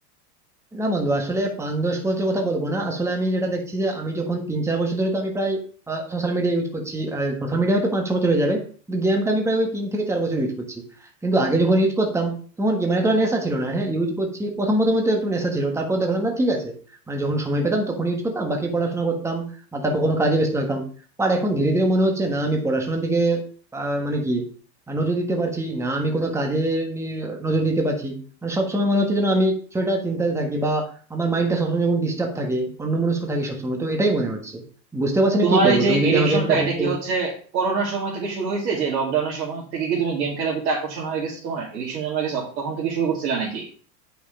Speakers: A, in the centre; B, on the right (about 80°).
A: না বন্ধু আসলে পাঁচ দশ বছরের কথা বলবো না আসলে আমি যেটা দেখছি যে আমি যখন তিন চার বছর ধরে তো আমি প্রায় সোশ্যাল মিডিয়া ইউজ করছি সোশ্যাল মিডিয়া হয়তো পাঁচ ছ বছর হয়ে যাবে কিন্তু গেমটা আমি প্রায় ওই তিন থেকে চার বছর ইউজ করছি কিন্তু আগে যখন ইউজ করতাম তখন কি মানে তোরা নেশা ছিল না হ্যাঁ ইউজ করছি প্রথম প্রথম হয়তো একটু নেশা ছিল তারপর দেখলাম না ঠিক আছে মানে যখন সময় পেতাম তখন ইউজ করতাম বাকি পড়াশোনা করতাম আর তারপর কোনো কাজে ব্যস্ত থাকতাম আর এখন ধীরে ধীরে মনে হচ্ছে না আমি পড়াশোনার দিকে আহ, মানে কি আহ, নজর দিতে পারছি না আমি কোনো কাজে নি- নজর দিতে পারছি মানে সবসময় মনে হচ্ছে যেন আমি কিছু একটা চিন্তাতে থাকি বা আমার মাইন্ডটা সবসময় যখন ডিস্টার্ব থাকে অন্যমনস্ক থাকি সবসময় তো এটাই মনে হচ্ছে বুঝতে পারছি
B: তোমার
A: না কি করবো
B: এই যে
A: তুমি যদি
B: এডিকশনটা
A: আমাকে একটু
B: এটা
A: help করো
B: কি হচ্ছে করোনার সময় থেকে শুরু হয়েছে যে লকডাউনের সময় থেকে কি তুমি গেম খেলার প্রতি আকর্ষণ হয়ে গেছে তোমার এডিকশন জন্ম গেছে তখন থেকে শুরু করছিলে নাকি